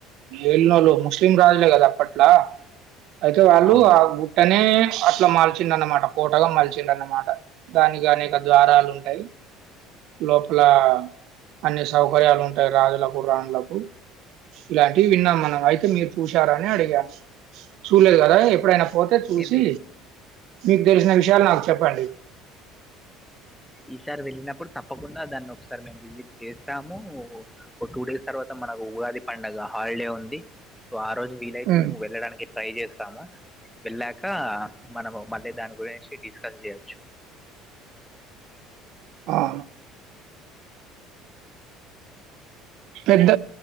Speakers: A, on the right; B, in the centre.
A: ఏలినోలుు ముస్లిం రాజులే కదా అప్పట్లా అయితే వాళ్ళు
B: అవును
A: ఆ గు డనే అట్లా మల్చిండ అనమాట కోటగా మల్చిండ అనమాట దానికి అనేక ద్వారాలు ఉంటాయి. లోపల అన్ని సౌకర్యాలు ఉంటాయి రాజులకు రాణిలకు ఇలాంటివి విన్నాం మనం అయితే మీరు చూశారని అడిగాను చూలేదు కదా ఎప్పుడైనా పో చూసి
B: ఏంది
A: మీకు తెలిసిన విషయాలు నాకు చెప్పండి
B: ఈసారి వెళ్ళినప్పుడు తప్పకుండా దాన్ని ఒకసారి మేము విజిట్ చేస్తాము ఒక ఓ టూ డేస్ తర్వాత మనకు ఉగాది పండగ హాలిడే ఉంది సో ఆ రోజు వీలైతే
A: ఉమ్,
B: మేము వెళ్ళడానికి ట్రై చేస్తాము వెళ్ళక్ కా మనము మళ్ళీ దాని ఓర్రయించి డిస్కస్ చేయచ్చు
A: అవును పెద్ద